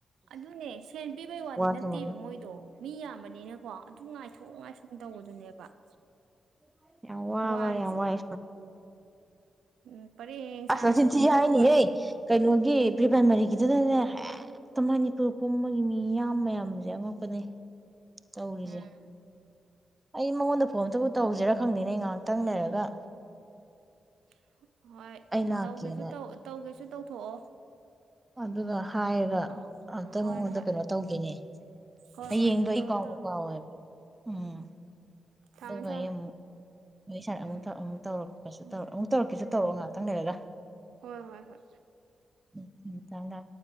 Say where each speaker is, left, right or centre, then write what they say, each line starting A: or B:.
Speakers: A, on the right; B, on the right.
A: ꯑꯗꯨꯅꯦ ꯁꯦꯟ ꯄꯤꯕꯩ ꯋꯥꯗꯤ ꯅꯠꯇꯦꯕ
B: ꯊꯦꯡꯅꯅꯤ
A: ꯃꯣꯏꯗꯣ ꯃꯤ ꯌꯥꯝꯕꯅꯤꯅꯀꯣ ꯑꯗꯨ ꯉꯥꯏꯊꯣꯛ ꯉꯥꯏꯁꯨꯝ ꯇꯧꯕꯗꯨꯅꯦꯕ <unintelligible>
B: <unintelligible>
A: ꯋꯥꯔꯤꯁꯦ
B: <inaudible>
A: ꯎꯝ ꯄꯔꯦꯡ
B: ꯑꯁ
A: ꯁꯥꯅ
B: ꯅꯆꯤꯟꯊꯤ
A: ꯁꯥꯇꯤꯟ ꯇꯨꯞꯄꯒ
B: ꯍꯥꯏꯅꯤꯍꯦ ꯀꯩꯅꯣꯒꯤ ꯄ꯭ꯔꯤꯄ꯭ꯔꯥꯏꯃꯔꯤ__ ꯒꯤꯇꯗꯅꯦ ꯍꯦꯛꯇ ꯃꯅꯤꯄꯨꯔ ꯄꯨꯝꯕꯒꯤ ꯃꯤꯌꯥꯝ ꯃꯌꯥꯝꯁꯦ ꯑꯉꯛꯄꯅꯤ ꯇꯧꯔꯤꯁꯦ
A: ꯎꯝ
B: ꯁꯤ ꯃꯉꯣꯟꯗ ꯐꯣꯟꯇ ꯑꯝꯇꯥꯕꯨ ꯇꯧꯁꯤꯔꯥ ꯈꯪꯗꯦꯅꯦ ꯉꯥꯏꯍꯥꯛꯇꯪ ꯂꯩꯔꯒ
A: <inaudible> ꯍꯣꯏ
B: ꯑꯩ ꯂꯥꯛꯀꯦꯅ
A: ꯇꯧꯒꯦꯁꯨ ꯇꯧ ꯇꯧꯒꯦꯁꯨ ꯇꯧꯊꯣꯛꯑꯣ
B: ꯑꯗꯨꯒ ꯍꯥꯏꯔ
A: ꯑ
B: ꯑꯝꯇ
A: ꯍꯣꯏ
B: ꯃꯉꯣꯟꯗ
A: ꯍꯣꯏ
B: ꯀꯩꯅꯣ ꯇꯧꯒꯦꯅꯦ
A: ꯍꯣꯏ
B: ꯍꯌꯦꯡꯗꯣ
A: ꯍꯣꯏ
B: ꯑꯩ
A: ꯇꯧꯔꯣ
B: ꯀꯥꯎꯕꯨ
A: ꯇꯧꯔꯣ
B: ꯀꯥꯎꯋꯦꯕ ꯎꯝ
A: ꯊꯝꯃꯦ
B: ꯑꯗꯨꯒ
A: ꯊꯝꯃꯦ
B: ꯑꯩ ꯑꯃꯨꯛ ꯃꯣꯏ ꯁꯔ
A: ꯎꯝ
B: ꯑꯃꯨꯛ ꯑꯃꯨꯛ ꯇꯧꯔꯛꯄꯁꯨ
A: ꯎꯝ
B: ꯑꯃꯨꯛ ꯇꯧꯔꯛꯀꯦꯁꯨ ꯇꯧꯔꯛꯑꯣ ꯉꯥꯛꯇꯪ ꯂꯩꯔꯒ
A: ꯍꯣꯏ ꯍꯣꯏ ꯍꯣꯏ
B: ꯎꯝ ꯊꯝꯃꯤ ꯊꯝꯃꯤ